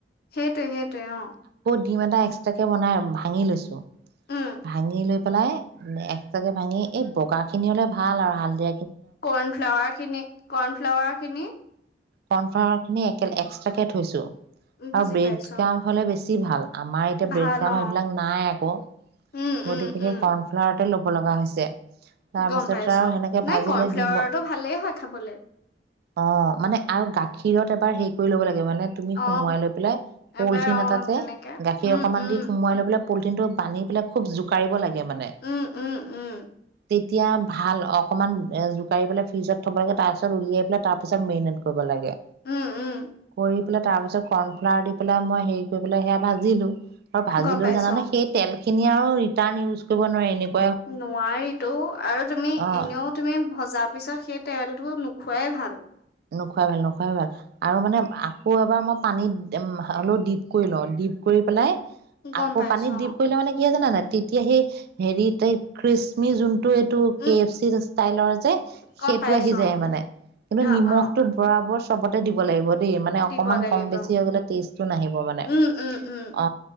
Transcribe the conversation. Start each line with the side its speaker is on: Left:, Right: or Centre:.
Left: সেইটোৱে সেইটোৱে অ
Right: ডিম্ এটা এক্সট্ৰাকে বনাই ভাঙি লৈছো,
Left: উম
Right: ভাঙি লৈ পেলাই এক্সট্ৰাকে ভাঙি এই বগা খিনি অলপ ভাল আৰু হাল দে
Left: কৰ্ণফ্লাৱাৰ খিনি কৰ্ণফ্লাৱাৰ খিনি
Right: কৰ্ণফ্লাৱাৰ খিনি একে এক্সট্ৰাকে থৈছো।
Left: বুজি
Right: আৰু ব্ৰেড
Left: পাইছো
Right: কাম হলে বেছি বেছি ভাল আমাৰ এতিয়া
Left: ভাল
Right: ব্ৰেড ক্ৰাম
Left: অ
Right: এইবিলাক নাই আকৌ
Left: উম
Right: গতিকে
Left: উম
Right: সেই
Left: উম
Right: কৰ্ণফ্লাৱাৰতে ল কব লগা হৈছে তাৰপিছত
Left: গম পাইছ,
Right: আৰু সেনেকে
Left: নাই
Right: ভাজি
Left: কৰ্ণফ্লাৱাৰটো
Right: লৈ ডিম
Left: ভালেই হয় খাবলৈ।
Right: অ মানে আৰু গাখীৰত এবাৰ হেৰি কৰি ল'ব লাগে মানে তুমি
Left: অ
Right: সোমোৱাই লৈ পেলাই পলিথিন
Left: এবাৰ অ
Right: এটাতে
Left: তেনেকে
Right: গাখীৰ
Left: উম
Right: অকমান
Left: উম
Right: দি সোমোৱাই লৈ পেলাই পলিটিনটো বান্ধি পেলাই খুব জোকাৰিব লাগে। মানে
Left: উম উম উম
Right: তেতিয়া ভাল অকণমান জোকাৰি পেলাই ফ্ৰিজত থ'ব লাগে তাৰপিছত উলিয়াই পেলাই তাৰপিছত মেৰিনেট কৰিব লাগে।
Left: উম উম
Right: কৰি তাৰ পিছত কৰ্ণ ফ্লাৰ দি পেলাই মই হেৰি কৰি পেলই সেয়া ভাজিলো। আৰু ভাজিলেও
Left: গম পাইছো
Right: জানে সেই তেল আৰু ৰিটাৰ্ণ ইউজ কৰিব নোৱাৰি এনেকুৱা
Left: নোৱাৰিতো আৰু তুমি
Right: অ
Left: এনেও তুমি ভজা পিছত সেই তেলটো খুৱাই ভাল
Right: নোখোৱাই ভাল নোখোৱাই ভাল আৰু মানে আকৌ এবাৰ মই পানীত হলেও ডিপ কৰি লওঁ ডিপ কৰি পেলাই
Left: গম
Right: আকৌ
Left: পাইছো
Right: পানীত
Left: অ
Right: দিপ কৰিলে মানে কি হয় জানা নাই তেতিয়া সেই হেৰিত খিষ্মিছ যোনটো এইটো এইটো
Left: উম
Right: কে এফ চি ষ্টাইলৰ যে
Left: গম
Right: সেইটো
Left: পাইছো
Right: আহি যায় মানে, কিন্তু
Left: অ
Right: মগটোত
Left: অ অ
Right: ভৰা মোৰ চবতে দিব লাগিব। দি মানে অকমান
Left: দিব লাগিব।
Right: কম বেছি হৈ গলে টেষ্টটো নাহিব মানে
Left: উম, উম, উম।
Right: অ।